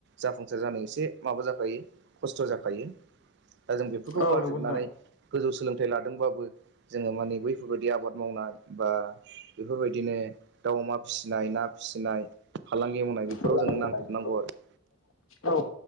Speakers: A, on the right; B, on the left.
A: जाफुंसार जानाय एसे माबा जाखायो खस्थ' जाखायो। दा जों बेफोरखौ
B: औ
A: गारजोबनानै
B: नंगौ नोंथां।
A: गोजौ सोलोंथाइ लादोंबाबो जोंङो मानि बैफोरबायदि आबाद मावनाय बा बेफोरबायदिनो दाउ अमा फिसिनाय ना फिसिनाय फालांगि मावनाय बेफोराव
B: फालांगि
A: जोंङो
B: मावनाय।
A: नांथाबनांगौ आरो।
B: औ